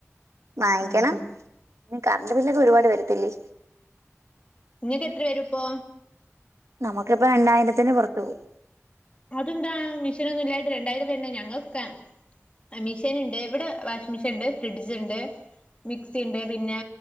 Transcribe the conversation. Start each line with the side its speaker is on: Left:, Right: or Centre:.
Right: വാങ്ങിക്കണം
Left: ഉം
Right: കറണ്ട് ബില്ലൊക്കെ ഒരുപാട് വരത്തില്ലേ
Left: നിങ്ങക്ക് എത്ര വരും ഇപ്പോ
Right: നമുക്കിപ്പ രണ്ടായിരത്തിന് പുറത്ത് പോവും
Left: അതെന്താ മിഷനൊന്നും ഇല്ലായിട്ട് രണ്ടായിരം വരൂന്നെ ഞങ്ങകൊക്കെ മിഷീൻ ഇണ്ട് ഇവിടെ വാഷിംഗ് മിഷീൻ ഉണ്ട് ഫ്രിഡ്ജ് ഇണ്ട് മിക്സി ഇണ്ട് പിന്നെ